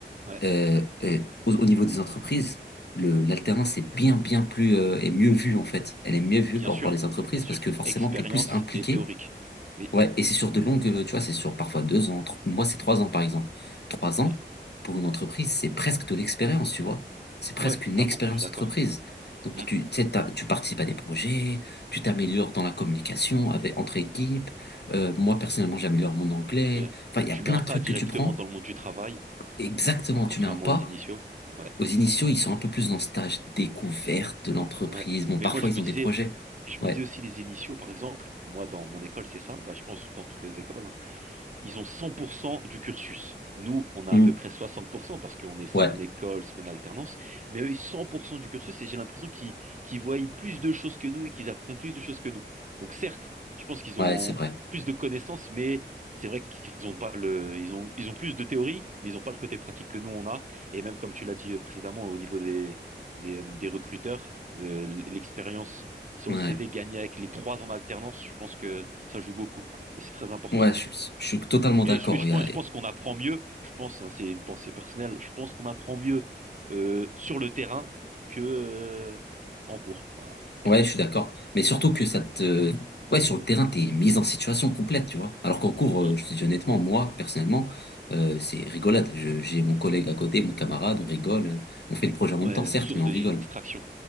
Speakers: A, on the right; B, on the left.
A: ouais,
B: euh, euh, au, au niveau des entreprises, le, l'alternance est bien, bien plus, euh, est mieux vue, en fait. Elle est mieux vue
A: bien
B: par,
A: sûr,
B: par les entreprises
A: bien sûr.
B: parce que forcément,
A: Expérience
B: t'es plus impliqué.
A: et théorique. Oui,
B: Ouais, et c'est sur de longues, euh, tu vois, c'est sur parfois deux ans, trois- moi, c'est trois ans, par exemple. Trois ans,
A: hmm.
B: pour une entreprise, c'est presque de l'expérience, tu vois. C'est presque
A: Ouais, totalement,
B: une expérience
A: je suis d'accord.
B: entreprise. Donc,
A: Hmm.
B: tu, tu sais, t'as- tu participes à des projets, tu t'améliores dans la communication avec, entre équipes. Euh, moi, personnellement, j'améliore mon anglais.
A: Ouais.
B: Enfin, il y
A: Tu
B: a plein
A: mets un
B: de
A: pas
B: trucs
A: directement
B: que tu prends.
A: dans le monde du travail,
B: Exactement, tu
A: contrairement
B: mets un pas.
A: aux initiaux. Ouais,
B: Aux
A: c'est
B: initiaux,
A: ça.
B: ils sont un peu plus dans ce stage découverte de l'entreprise.
A: Ouais.
B: Bon,
A: Mais
B: parfois,
A: moi, je
B: ils
A: me
B: ont
A: disais,
B: des projets.
A: je
B: Ouais.
A: me dis aussi les initiaux, par exemple, moi, dans mon école, c'est ça, bah, je pense dans toutes les écoles, hein ils ont 100% du cursus. Nous, on a
B: Hmm.
A: à peu près 60% parce qu'on est semaine
B: Ouais.
A: école, semaine alternance, mais eux, ils ont 100% du cursus et j'ai l'impression qu'ils qu'ils voient plus de choses que nous et qu'ils apprennent plus de choses que nous. Donc certes, je pense qu'ils
B: Ouais,
A: ont
B: c'est vrai.
A: plus de connaissances, mais c'est vrai qu'ils ont pas le, ils ont, ils ont plus de théorie, mais ils n'ont pas le côté pratique que nous on a. Et même comme tu l'as dit euh, précédemment, au niveau des, des, euh, des recruteurs, euh, l'expérience sur
B: Ouais.
A: le CV gagnée avec les trois ans d'alternance. je pense que ça joue beaucoup et c'est très important.
B: Ouais, je, suis je suis totalement
A: Et
B: d'accord.
A: je, je
B: Il
A: pense,
B: y a-
A: je pense qu'on apprend mieux, je pense, hein, c'est une pensée personnelle, je pense qu'on apprend mieux euh, sur le terrain que euh, en cours. Voilà. <laughs>
B: Ouais, je suis d'accord. Mais surtout que ça
A: Mm,
B: te... Ouais, sur le terrain, t'es mise en situation complète, tu vois. Alors qu'en cours,
A: mm.
B: euh, je te dis honnêtement, moi, personnellement, euh, c'est rigolade. Je- j'ai mon collègue à côté, mon camarade, on rigole. euh, On fait le projet en même
A: Ouais,
B: temps, certes,
A: source
B: mais on
A: de
B: rigole.
A: distraction,